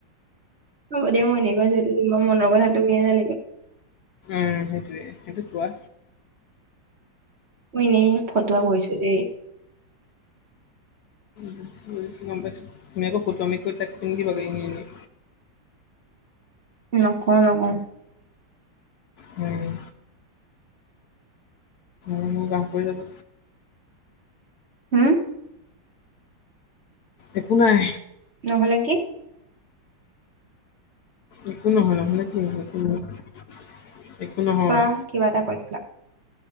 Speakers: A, on the right; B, on the left.
A: হ'ব দিয়া মই এনেই কৈছো এইটো, তোমাৰ মনৰ কথা তুমিহে জানিবা।
B: উম সেইটোৱে, সেইটো কোৱা।
A: মই এনেই ফটুৱা কৰিছো দেই।
B: বুজিছো, বুজিছো গম পাইছো। তুমি আকৌ ফতুৱামি কৈ তাইক কৈ নিদিবা গৈ এনেই এনেই।
A: নকওঁ, নকওঁ।
B: উম। মোৰ গান পৰি যাব।
A: হু?
B: একো নাই।
A: নহ'লে কি?
B: একো নহয়, নহ'লে কি হ'ব একো নহয়। একো নহয়
A: কোৱা কিবা এটা কৈছিলা।